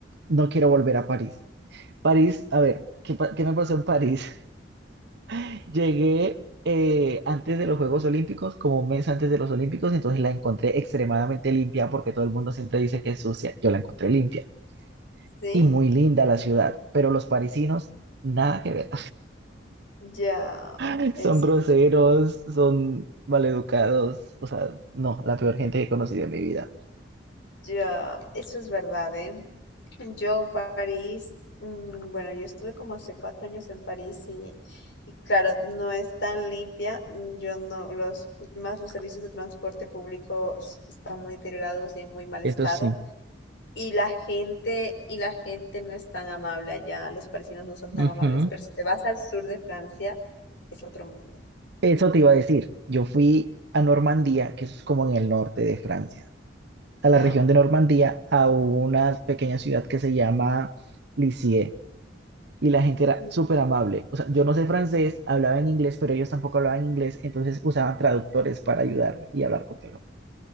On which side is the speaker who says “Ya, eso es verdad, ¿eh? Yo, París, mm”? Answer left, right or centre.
Left